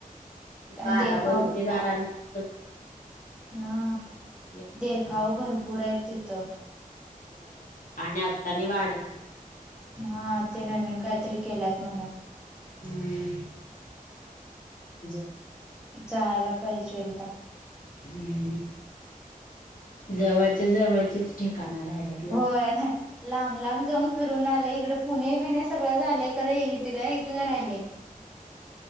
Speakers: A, in the centre; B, on the left.
A: आणि
B: बारा
A: देखाव
B: पण ते दारांचं सगळं.
A: हा
B: व्यवसायाच
A: देखाव भरपूर आहेत तिथं.
B: होय आणि आत्तानी वाढवली का?
A: हा ते नवीन काहीतरी केल्यात म्हण.
B: हम् बघा कधी तर वेळ मला ब जााणी वेग
A: जायला पाहिजे एकदा.
B: हम्म जवळच्या जवळचेच ठिकाण राहिल्या.
A: होय लांब लांब जमु करून आले इकड पुणे बिणे सगळं झालंय खरे इथल्या इथलं राहिलेय.